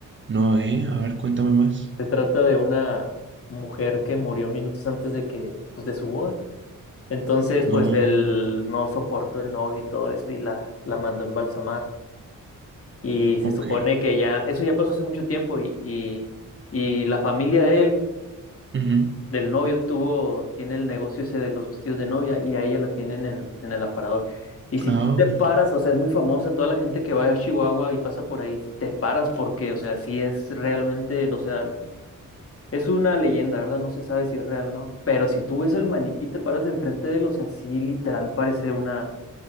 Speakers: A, on the right; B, on the left.
A: no, ¿eh? A ver, cuéntame más.
B: Se trata de una mujer que murió minutos antes de que, pues, de su boda. Entonces,
A: No,
B: pues él no soportó el novio y todo eso y la, la mandó a embalsamar. Y se
A: ok.
B: supone que ya, eso ya pasó hace mucho tiempo y, y, y la familia de él,
A: Ujú.
B: del novio, tuvo, tiene el negocio ese de los vestidos de novia y a ella la tienen en, en el aparador. Y si
A: Ah,
B: tú te paras, o sea, es muy famosa toda la gente que va a Chihuahua y pasa por ahí, te paras porque, o sea, sí es realmente, o sea, es una leyenda, ¿verdad? No se sabe si es real o no, pero si tú ves el maniquí, te paras de enfrente de él, o sea, sí literal parece una